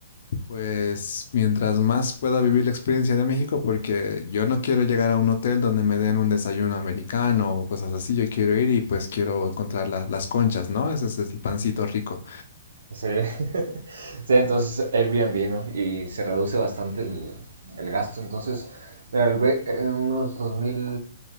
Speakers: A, on the left (about 55°); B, on the right (about 80°).
A: Pues mientras más pueda vivir la experiencia de México, porque yo no quiero llegar a un hotel donde me den un desayuno americano o cosas así, yo quiero ir y pues quiero encontrar la- las conchas, ¿no? Ese es el pancito rico.
B: Sí. <laughs> Sí, entonces Airbnb, ¿no? Y se reduce bastante el, el gasto. Entonces, mira, el ve- eh, unos 2.000